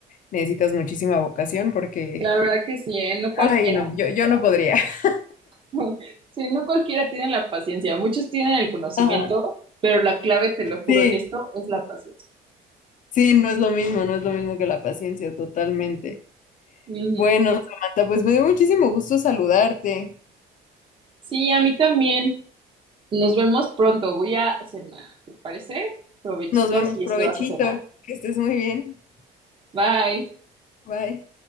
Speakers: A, on the left; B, on the right.
A: necesitas muchísima vocación porque,
B: La verdad que sí, ¿eh? No cualquiera.
A: ay, no, yo, yo no podría. <laughs>
B: <laughs> Sí, no cualquiera tiene la paciencia. Muchos tienen el conocimiento,
A: Ajá.
B: pero la clave, te lo juro
A: Sí,
B: en esto, es la paciencia.
A: sí, no es lo mismo, no es lo mismo que la paciencia, totalmente.
B: Ujú.
A: Bueno, Samantha, pues me dio muchísimo gusto saludarte.
B: Sí, a mí también. Nos vemos pronto. Voy a cenar, ¿te parece? Provechitos
A: Nos vemos,
B: y
A: provechito,
B: es que vas a cenar.
A: que estés muy bien.
B: Bye.
A: Bye.